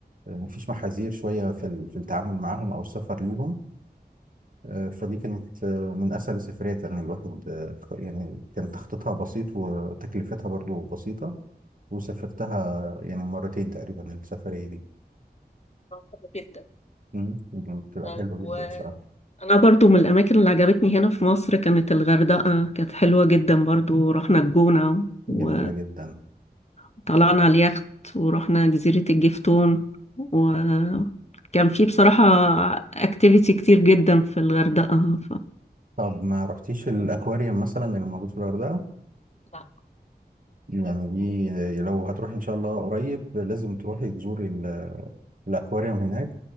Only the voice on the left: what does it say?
حلو جدا
طيب
وأنا
برضو من الأماكن اللي عجبتني هنا في مصر كانت الغردقة كانت حلوة جدا برضو رحنا الجونة
و-
وطلعنا على اليخت ورحنا جزيرة الجفتون وكان في بصراحة اكتيفيتي كتير جدا في الغردقة
ف...